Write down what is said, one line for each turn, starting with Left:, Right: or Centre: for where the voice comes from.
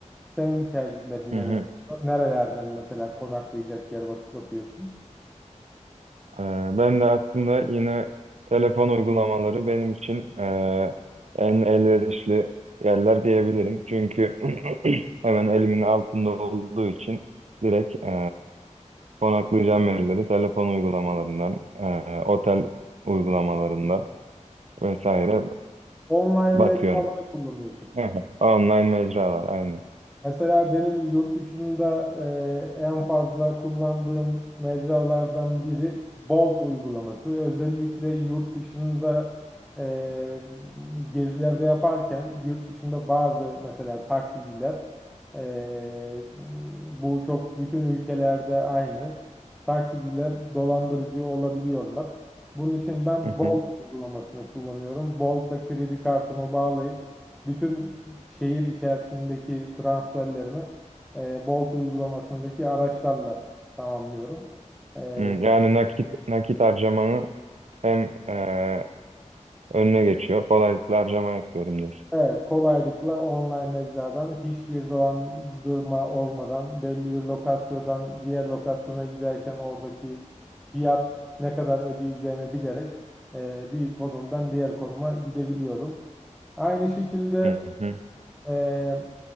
Centre: Senin tercihlerin
Right: hı
Centre: neler?
Right: hı.
Centre: Nerelerden mesela konaklayacak yer bak bakıyorsun?
Right: E, ben de aslında yine telefon uygulamaları benim için e, en elverişli yerler diyebilirim. Çünkü <clears throat> hemen elimin altında olduğu için direkt e, konaklayacağım yerleri telefon uygulamalarından, e, otel uygulamalarından vesaire
Centre: Online
Right: bakıyorum.
Centre: mecraları kullanıyorsun.
Right: Aha, Online mecralar aynen.
Centre: Mesela benim yurt dışında e, en fazla kullandığım mecralardan biri Bolt uygulaması. Özellikle yurt dışında e, gezilerde yaparken yurt dışında bazı mesela taksiciler e, bu çok bütün ülkelerde aynı taksiciler dolandırıcı olabiliyorlar. Bunun için ben
Right: Hı
Centre: Bolt
Right: hı.
Centre: uygulamasını kullanıyorum. Bolt'ta kredi kartımı bağlayıp bütün şehir içerisindeki transferlerimi e, Bolt uygulamasındaki araçlarla tamamlıyorum. E,
Right: Hı, Yani nakit nakit harcamanı hem eee, önüne geçiyor. Kolaylıkla harcama yapıyorum diyorsun.
Centre: evet, kolaylıkla online mecradan hiçbir dolandırma olmadan belli bir lokasyondan diğer lokasyona giderken oradaki fiyat ne kadar ödeyeceğimi bilerek e, bir konumdan diğer konuma gidebiliyorum. Aynı şekilde
Right: Hı hı.
Centre: e,